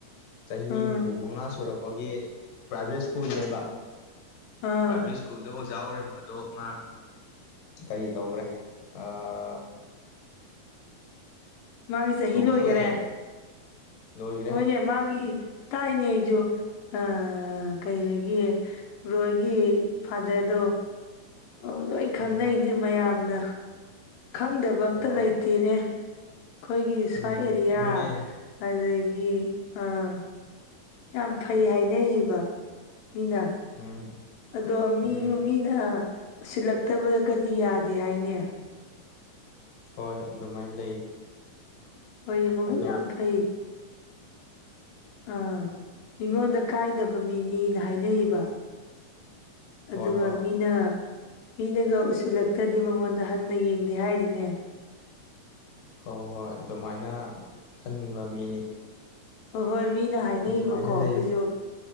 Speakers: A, on the left; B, on the left.
A: ꯆꯍꯤ
B: ꯎꯝ
A: ꯍꯨꯝꯐꯨ ꯃꯉꯥ ꯁꯨꯔꯛꯄꯒꯤ ꯄ꯭ꯔꯥꯏꯕꯦꯠ ꯁ꯭ꯀꯨꯜꯅꯦꯕ
B: ꯑꯥ
A: ꯄ꯭ꯔꯥꯏꯕꯦꯠ <unintelligible> ꯁ꯭ꯀꯨꯜꯗ ꯑꯣꯖꯥ ꯑꯣꯏꯔꯝꯕꯗꯣ ꯃꯥ ꯀꯔꯤ ꯇꯧꯈ꯭ꯔꯦ ꯑꯥ
B: ꯃꯥꯒꯤ ꯆꯍꯤ
A: ꯇꯣꯛꯊꯣꯛꯑꯦ
B: ꯂꯣꯏꯈ꯭ꯔꯦ
A: ꯂꯣꯏꯈ꯭ꯔꯦ
B: ꯍꯣꯏꯅꯦ ꯃꯥꯒꯤ ꯇꯥꯏꯅꯦ ꯑꯩꯁꯨ ꯑ ꯀꯩ ꯍꯥꯏꯒꯦ ꯕ꯭ꯔꯣꯍꯣꯏꯒꯤ ꯐꯥꯗ꯭ꯔꯗꯣ ꯑꯥ ꯂꯣꯏ ꯈꯪꯅꯩꯅꯦ
A: ꯎꯝ
B: ꯃꯌꯥꯝꯅ ꯈꯪꯗꯕ ꯑꯃꯇ
A: ꯍꯣꯏ
B: ꯂꯩꯇꯦꯅꯦ ꯑꯩꯈꯣꯏꯒꯤ ꯁ꯭ꯋꯥꯏ
A: ꯎꯝ
B: ꯑꯦꯔꯤꯌꯥ
A: ꯑꯗꯨꯅꯦ
B: ꯑꯗꯒꯤ ꯑꯥ ꯌꯥꯝ ꯐꯩ ꯍꯥꯏꯅꯩꯌꯦꯕ ꯃꯤꯅꯥ
A: ꯎꯝ
B: ꯑꯗꯣ ꯃꯤ
A: ꯎꯝ
B: ꯃꯤꯅ ꯎꯁꯤꯜꯂꯛꯇꯕꯒꯗꯤ ꯌꯥꯗꯦ ꯍꯥꯏꯅꯦ
A: ꯍꯣꯏ ꯑꯗꯨꯃꯥꯏꯅ ꯂꯩ
B: ꯍꯣꯏꯅꯦ ꯃꯕꯨꯛ
A: ꯑꯗꯣ
B: ꯌꯥꯝ ꯐꯩ ꯑꯥ ꯃꯤꯉꯣꯟꯗ ꯀꯥꯏꯗꯕ ꯃꯤꯅꯤꯅ ꯍꯥꯏꯅꯩꯕ
A: ꯍꯣꯏ
B: ꯑꯗꯨꯒ
A: ꯍꯣꯏ
B: ꯃꯤꯅ ꯃꯤꯅꯒ ꯎꯁꯤꯜꯂꯛꯇ꯭ꯔꯗꯤ ꯃꯉꯣꯟꯗ ꯍꯟꯅ ꯌꯦꯡꯗꯦ ꯍꯥꯏꯔꯤꯅꯦ
A: ꯍꯣꯏ ꯍꯣꯏ ꯑꯗꯨꯃꯥꯏꯅ ꯈꯟꯕ ꯃꯤꯅꯤ
B: ꯍꯣꯏ ꯍꯣꯏ ꯃꯤꯅ ꯍꯥꯏꯅꯩꯌꯦꯕꯀꯣ
A: ꯑꯗꯨꯃꯥꯏꯅ
B: ꯑꯈꯣꯏꯁꯨ
A: ꯂꯩ